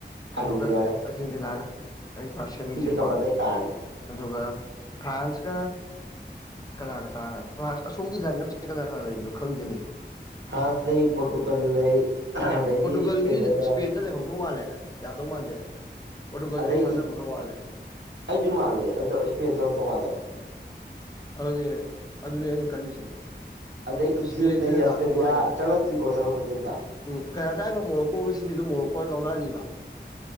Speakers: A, on the left; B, on the right.
A: ꯀꯩꯅꯣꯒ
B: ꯑꯔꯖꯦꯟꯇꯤꯅꯥꯒ
A: ꯑꯥꯔꯖꯦꯟꯇꯤꯅꯥꯒ ꯑꯄꯥ ꯁꯦꯃꯤꯁꯦꯀꯣ
B: ꯀꯝꯄꯜꯁꯔꯤ ꯇꯥꯔꯅꯤ
A: ꯑꯗꯨꯒ ꯐ꯭ꯔꯥꯟꯁꯀꯥ ꯀꯅꯥꯒ ꯇꯥꯔꯕ ꯐꯔꯥꯁ ꯑꯁꯣꯝꯒꯤ ꯂꯥꯏꯜꯑꯄ ꯁꯦ ꯀꯅꯥ ꯀꯅꯥ ꯂꯩꯕꯅꯣ ꯈꯪꯗꯦ
B: ꯐ꯭ꯔꯥꯟꯁ ꯂꯩ ꯄꯣꯔꯇꯨꯒꯜ ꯂꯩ ꯑꯗꯩꯗꯤ
A: ꯄꯣꯔꯇꯨꯒꯜꯒꯤ
B: ꯏꯁꯄꯦꯟ ꯂꯩꯔꯦ
A: ꯁ꯭ꯄꯦꯟꯗ ꯂꯩꯍꯧꯗꯧ ꯃꯥꯜꯂꯦ ꯌꯥꯗꯧ ꯃꯥꯟꯗꯦ ꯄꯣꯔꯇꯨꯒꯜꯁꯦ
B: ꯑꯗꯩ
A: ꯑꯩ ꯊꯥꯖꯕ
B: ꯏ
A: ꯈꯔ ꯋꯥꯠꯂꯦ
B: ꯑꯩꯁꯨ ꯃꯥꯜꯂꯦ ꯑꯗꯣ ꯏꯁꯄꯦꯟ ꯆꯪꯛꯇꯧ ꯃꯥꯟꯕꯥ
A: ꯑꯗꯨꯅꯦ ꯑꯗꯨꯅꯦ ꯑꯩ ꯈꯜꯂꯤꯁꯦ
B: ꯑꯗꯩ
A: ꯏꯁꯄꯦꯟꯁꯦ
B: ꯏꯖꯤꯞ ꯂꯩ
A: ꯑꯣꯏꯅ
B: ꯑꯁꯇ꯭ꯔꯦꯂꯤꯌꯥ
A: ꯂꯥꯛꯇꯧ ꯃꯥꯜꯂꯦꯕ
B: ꯆꯪꯉꯛꯇ꯭ꯔꯤꯀꯣ ꯆꯪꯉꯛꯄꯗꯤ ꯑꯝꯇꯥ
A: ꯎꯝ ꯀꯥꯅꯗꯥꯒꯥ ꯃꯣꯔꯣꯛꯀꯣꯒꯥ ꯁꯤꯜꯂꯤꯗꯣ ꯃꯣꯔꯣꯛꯀꯣꯅ ꯂꯧꯔꯛꯑꯅꯤꯕ